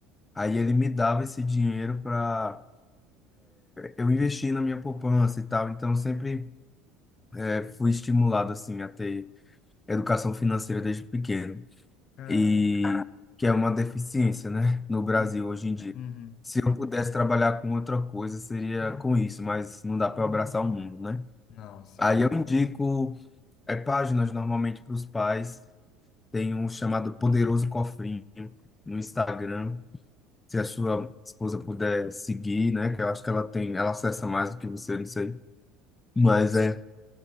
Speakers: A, on the left; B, on the left.
A: Aí ele me dava esse dinheiro para eu investi na minha poupança e tal, então sempre eh, fui estimulado assim a ter educação financeira desde pequeno
B: Caraca.
A: e que é uma deficiência, né, no Brasil
B: Uhum,
A: hoje em dia.
B: uhum.
A: Se eu pudesse trabalhar com outra coisa seria com isso, mas não dá para abraçar o mundo, né?
B: Não, sim.
A: Aí eu indico eh, páginas normalmente para os pais, tem um chamado Poderoso Cofrinho no Instagram. Se a sua esposa puder seguir, né? Que eu acho que ela tem, ela acessa mais do que você, não sei. Mas é